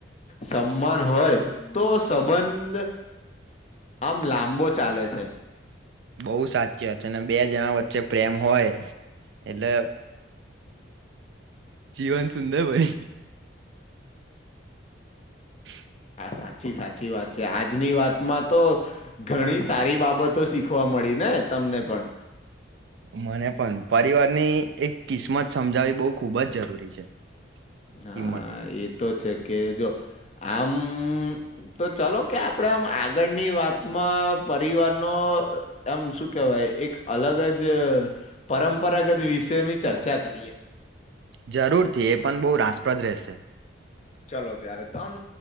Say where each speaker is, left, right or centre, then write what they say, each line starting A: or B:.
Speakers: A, on the left (about 35°); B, on the right (about 65°).
A: સમાન હોય. તો સંબંધ આમ લાંબો ચાલે છે.
B: બઉ સાચી છે ને બે જણા વચ્ચે પ્રેમ હોય. એટલે જીવન સુંદર હોય. <inaudible>
A: આ સાચી સાચી વાત છે આજની વાતમાં તો ઘણી સારી બાબતો શીખવા મળી ને તમને પણ.
B: મને પણ પરિવારની એક કિસ્મત સમજાવી બો ખુબ જ જરૂરી છે.
A: ના
B: કિંમત
A: એ તો છે કે જો આમ તો ચલો કે આપડે આમ આગળની વાતમાં પરિવાર નો એમ શું કેવાય એક અલગ જ પરંપરાગત વિષયોની ચર્ચા કરીએ.
B: જરૂરથી એ પન બો રાસપ્રદ રહેશે.
A: ચલો ત્યારે તો આમ